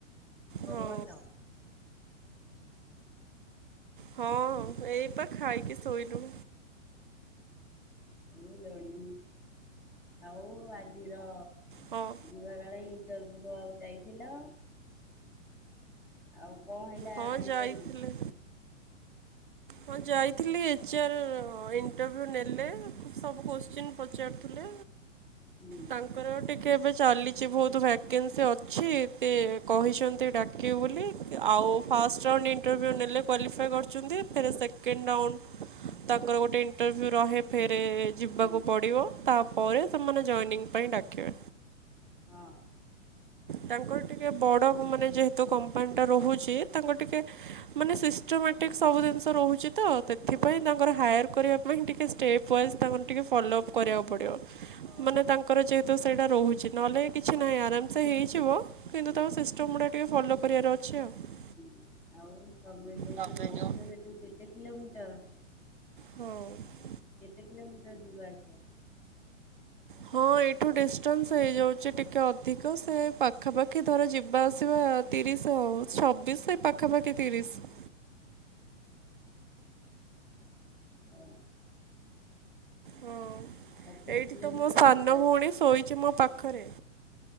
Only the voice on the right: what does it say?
ହଁ।
ହଁ। ଏଇପା ଖାଇକି ସୋଇଲୁ।
ହଁ।
ହଁ
ଯାଇଥିଲି ହଁ ଯାଇଥିଲି ଏଚ୍ ଆର୍ ଇଣ୍ଟରଭ୍ୟୁ ନେଲେ ସବୁ କୋଶ୍ଚିନ୍ ପଚାରୁଥିଲେ।
ତାଙ୍କର ଟିକେ ଏବେ ଚାଲିଛି ବହୁତ ଭ୍ୟାକେନ୍ସି ଅଛି ସିଏ କହିଛନ୍ତି
ଡାକିବେ ବୋଲି ଆଉ
ଫାଷ୍ଟ ରାଉଣ୍ଡ ଇଣ୍ଟରଭ୍ୟୁ ନେଲେ କ୍ୱାଲିଫା କରୁଛନ୍ତି। ଫେରେ ସେକେଣ୍ଡ ରାଉଣ୍ଡ ତାଙ୍କର ଗୋଟେ ଇଣ୍ଟରଭ୍ୟୁ ରହେ ଫେରେ ଯିବାକୁ
ପଡ଼ିବ ତାପରେ ସେମାନେ ଜଏନିଙ୍ଗ ପାଇଁ ଡାକିବେ।
ତାଙ୍କର ଟିକେ ବଡ଼ ମାନେ ଯେହେତୁ କମ୍ପାନୀଟା ରହୁଛି ତାଙ୍କର ଟିକେ ମାନେ ସିଷ୍ଟମେଟିକ ସବୁ ଜିନିଷ ରହୁଛି ତ ସେଥିପାଇଁ ତାଙ୍କର ହାୟାର କରିବା ପାଇଁ ଟିକେ ଷ୍ଟେପ ୱାଇଜ୍ ତାଙ୍କୁ ଟିକେ ଫଲୋଅପ୍
କରିବାକୁ ପଡ଼ିବ।
ମାନେ ତାଙ୍କର ଯେହେତୁ ସେଇଟା ରହୁଛି ନହେଲେ କିଛି ନାହିଁ ଆରାମସେ ହେଇ ଜିବ କିନ୍ତୁ
ତାଙ୍କ ସିଷ୍ଟମ୍ ଗୁଡ଼ା ଟିକେ ଫଲୋ କରିବାର ଅଛି ଆଉ।
ତମେ
ଯୋଉ
ହଁ।
ହଁ ଏଇଠୁ ଡିଷ୍ଟାନ୍ସ ହେଇଯାଉଛି ଟିକେ ଅଧିକ ସେ ପାଖାପାଖି ଧର ଯିବା ଆସିବା ତିରିଶ ହଉ ଛବିଶ ସେ ପାଖାପାଖି ତିରିଶ।
ହଁ
ଏଇଠି
ତ ମୋ ସାନ
ଭଉଣୀ ଶୋଇଛି ମୋ ପାଖରେ।